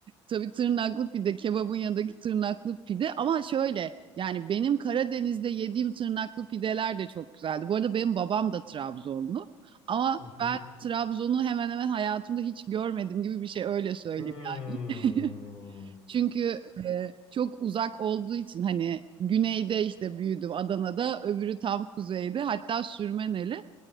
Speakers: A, on the right (about 35°); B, on the left (about 35°).
A: Tabii tırnaklı pide, kebabın yanındaki tırnaklı pide ama şöyle yani benim Karadeniz'de yediğim tırnaklı pideler de çok güzeldi. Bu arada benim babam da Trabzonlu ama
B: Hı hı.
A: ben Trabzon'u hemen hemen hayatımda hiç görmedim gibi bir şey öyle söyleyeyim.
B: Hmm.
A: <laughs> Çünkü e, çok uzak olduğu için hani güneyde işte büyüdüm Adana'da öbürü tam kuzeyde hatta Sürmeneli